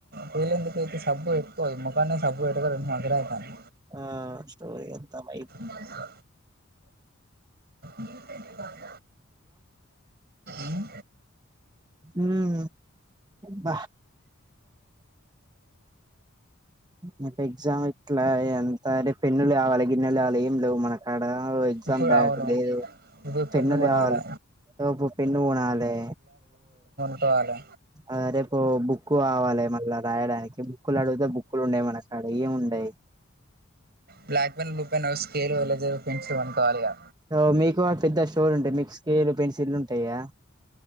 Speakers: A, on the right; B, on the right.
A: పెలేెందుకైతే సబ్బు పెట్టుకోదు నే ముఖానే సబ్బు పెట్టక రెండు సంవత్సరాలు అవుతుంది
B: ఆ స్టోరి ఎంతా వైప్
A: నన్న మీ కంటే బాధ ఊ
B: ఉహు బ రేపు ఎగ్జామ్ ఇట్లా ఎంత రేపు పెన్నులు కావాలి గిన్నెలు కావాలి ఏం ఉండవ్ మనకు అడ ఎగ్జామ్
A: ఇప్పుడు
B: <unintelligible>
A: అవును ఇప్పుడు
B: పెన్నులు
A: పెన్ను కొనాలి
B: కావాలి అప్పుడు పెన్ను కొనాలి
A: వాలే
B: ఆ రేపు బుక్కు కావాలి మళ్ళా రాయడానికి బుక్కులు అడిగితే బుక్కులు ఉన్నాయేమో <inaudible> అవే ఉంటాయ్
A: black pen, blue pen, scale, eraser, pencil అని కావాలిగా
B: సో మీకు పెద్ద స్టోర్ ఉంటాయి మీకు స్కేలు పెన్సిల్ ఉంటాయా